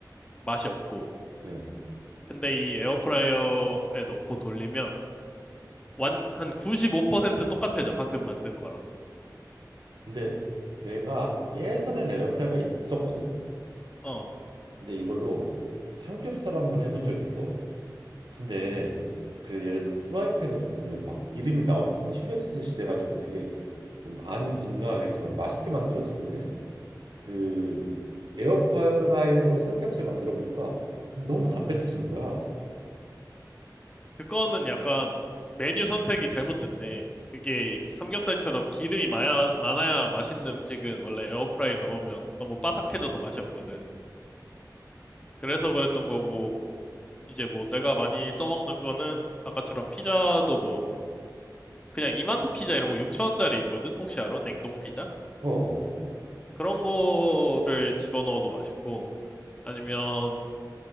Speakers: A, on the left; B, on the right.
A: 맛이 없고.
B: 예.
A: 근데 이 에어프라이어에 넣고 돌리면 완 한 95% 똑같아져. 방금 만든 거랑.
B: 근데 내가 예전에는 에어프라이가 있었거든.
A: 어,
B: 근데 이걸로 삼겹살 한번 해본 적이 있어. 근데 그 예를 들어 후라이팬에 구우면 막 기름이 나오니까 튀겨지듯이 돼가지고 되게 좀 안 건강하겠지만 맛있게 만들어지는데 그 에어프라이어로 삼겹살 만들어 보니까 너무 담백해지는 거야.
A: 그거는 약간 메뉴 선택이 잘못됐네. 그게 삼겹살처럼 기름이 많아, 많아야 맛있는 음식은 원래 에어프라이 넣으면 너무 바삭해져서 맛이 없거든. 그래서 그랬던 거고. 이제 뭐 내가 많이 써먹는 거는 아까처럼 피자도 뭐 그냥 이마트 피자 이런 거 6천원짜리 있거든? 혹시 알아? 냉동 피자?
B: 어,
A: 그런 거를 집어넣어도 맛있고 아니면